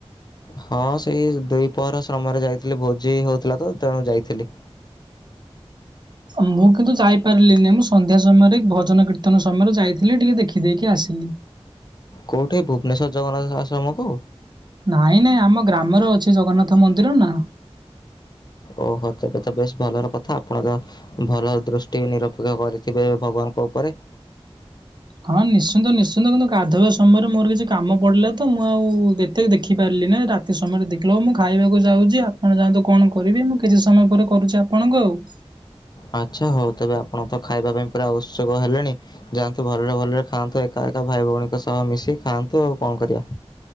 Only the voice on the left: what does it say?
ହଁ ସେଇ ଦୁଇ ପହର ଶ୍ରମରେ ଯାଇଥିଲି ଭୋଜି ହଉଥିଲା ତ ତେଣୁ ଯାଇଥିଲି।
କେଉଁଠି ଭୁବନେଶ୍ୱର ଜଗନ୍ନାଥ ଆଶ୍ରମକୁ?
ଓହୋ ତେବେ ତ ବେଷ୍ଟ ଭଲର କଥା ଆପଣର ଭଲ ଦୃଷ୍ଟି ନିରପେକ୍ଷ କରିଥିବେ ଭଗବାନଙ୍କ ଉପରେ?
ଆଚ୍ଛା ହଉ ତେବେ ଆପଣ ତ ଖାଇବା ପାଇଁ ପୁରା <unintelligible> ହେଲେଣି। ଯାଆନ୍ତୁ ଭଲରେ ଭଲରେ ଖାଆନ୍ତୁ ଏକା ଏକା ଭାଇ ଭଉଣୀଙ୍କ ସହ ମିଶି ଖାଆନ୍ତୁ ଆଉ କଣ କରିବା।